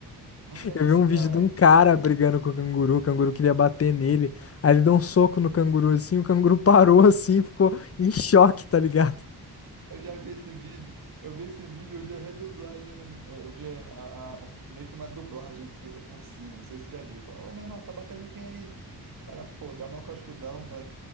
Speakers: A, on the right; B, on the left.
A: Mas é
B: Eu
A: isso,
B: vi um
A: cara.
B: vídeo de um
A: Aqui
B: cara brigando com o canguru, o canguru queria bater nele. Aí ele deu um soco no canguru assim, o canguru <laughs> parou assim, ficou em choque, tá ligado?
A: Eu já vi esse vídeo, eu vi esse vídeo, eu vi a redublagem, eh, eu vi é, a, a- um, tipo, meio que uma dublagem feita por cima, não sei se você já viu. Falava, ô menor, tá batendo quem aí? O cara, pô, dá mó cascudão no,